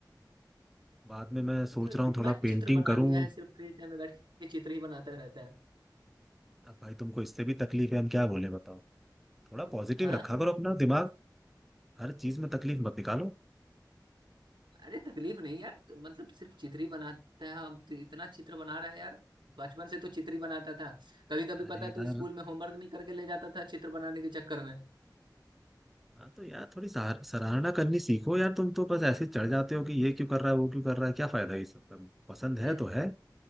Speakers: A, in the centre; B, on the right.
A: बाद में मैं
B: मतलब
A: सोच रहा
B: कितना
A: हूँ थोड़ा पेंटिंग
B: चित्र बना
A: करूँ
B: दिया है सिर्फ फ्री टाइम में बैठ के चित्र ही बनाता रहता है
A: अब भाई तुमको इससे भी तकलीफ है हम क्या बोले बताओ थोड़ा पॉजिटिव
B: हाँ
A: रखा करो अपना दिमाग हर चीज में तकलीफ मत निकालो
B: अरे तकलीफ नहीं यार तो मतलब सिर्फ चित्र ही बनाता है अब तो इतना चित्र बना रहा है यार बचपन से तो चित्र ही बनाता था कभी कभी
A: अरे
B: पता है तू
A: यार
B: स्कूल में होमवर्क नहीं करके ले जाता था चित्र बनाने के चक्कर में
A: हाँ तो यार थोड़ी सहार- सराहना करनी सीखो यार तुम तो बस ऐसे चढ़ जाते हो कि ये क्यों कर रहा है वो क्यों कर रहा है क्या फायदा है इस सब का पसंद है
B: नहीं,
A: तो है